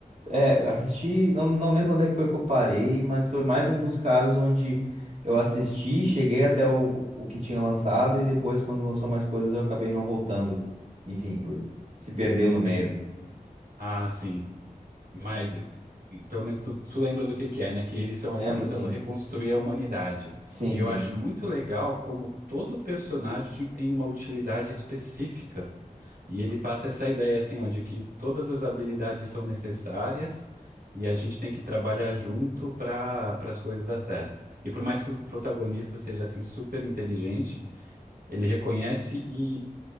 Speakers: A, on the right; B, on the right.
A: É, assisti, não, não lembro onde é que foi que eu parei, mas foi mais um dos casos onde eu assisti, cheguei até o, o que tinha lançado e depois, quando lançou mais coisas, eu acabei não voltando. Enfim, por se perdeu
B: Entende?
A: no meio.
B: Ah, sim. Mas, e pelo menos tu, tu lembra do que que é, né? Que eles são ali
A: Lembro,
B: tentando
A: sim.
B: reconstruir a humanidade.
A: Sim,
B: E
A: sim.
B: eu acho muito legal como todo personagem tem uma utilidade específica. E ele passa essa ideia, assim, ó, de que todas as habilidades são necessárias e a gente tem que trabalhar junto para para as coisas dar certo. E por mais que o protagonista seja, assim, super inteligente, ele reconhece e,